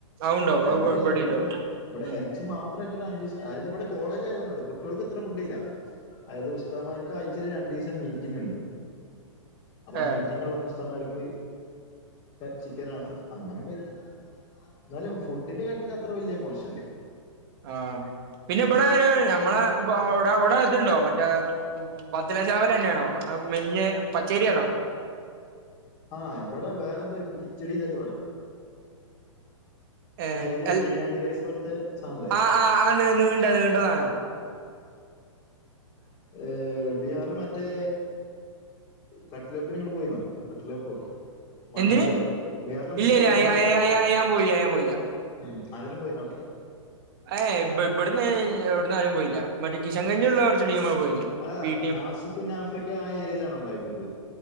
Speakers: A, on the right (about 45°); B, on the left (about 20°).
A: അതുണ്ടാവും
B: രണ്ടുല്ലാണ്ടിരിക്കൂല.
A: അത് ഇവിടെണ്ടാവും
B: ഇബ്ടെ
A: ഉം
B: എറച്ചി മാ ഇത്ര എര്ത്ത്ന്ന് അഞ്ചീസം അയായത് ഇവ്ടെ കോളേജായത് കൊണ്ടാട്ടോ. കുട്ടിയൊൾക്ക് ഇത്ര ഫുഡ്ല്ല. അതായത് ഉസ്താദ്മാർക്ക് ആയചെൽ രണ്ടീസം ലീ റ്റിങ്ങ്ണ്ട്. അപ്പ ആ
A: ഏഹ്
B: മീറ്റിംഗ്ള്ളന്ന് ഉസ്താദ്മാർക്ക് എ ചിക്കനാണ്. അങ്ങനൊക്കെ <unintelligible> ന്നാലും ഫുഡിന്റെ കാര്യത്തില ത്ര വലിയ മോശല്ല
A: ആ. പിന്നെ ബടേ ഞമ്മളെ ഗോഡൗണ്‌ ത്‌ണ്ടോ. മറ്റേ. വത്തല ചാവലന്നെ ആണോ? അതോ മെൽഞ്ഞ പച്ചേരിയാണോ?
B: ആ, ഇബടെ വേറെന്തൊരു കിച്ചിടി ന്നേറ്റെ പറിം.
A: <inaudible> ഏ
B: ഒരു
A: അൽ
B: ബിരിയാണി റൈസ് പോലത്തെ സാധനല്ലേ
A: ആ ആ ആ നീ നീണ്ട നീണ്ട സാനം
B: ഏ. ബീഹാറ്ല് മറ്റേ കട്ടിലപ്പിനിങ്ങള് പോയിന്നോ? കട്ട്ലപ്പോ മണ്ണ്ടലോ.
A: എന്തിന്
B: ബീഹാറിലെന്തോ
A: ഇല്ല
B: പരിപാടിണ്ടായിരുന്നല്ലോ.
A: ഇല്ല ഞാൻ പോയില്ല ഞാൻ പോയില്ല
B: ഉം. ആരേലും പോയിനോ അവ്ടുത്തെ.
A: ഏ ഇ ഇബ്ട്ന്ന് എവിടന്ന് ആയാലും പോയില്ല മറ്റേ കിഷൻകഞ്ചി ഉള്ള കുറച്ച് ടീം പോയിനീ
B: ആ
A: പി
B: നാസിക്കും നാഫിക്കു ആ ഏരിയയിലാണോ ണ്ടായിരുന്നത്?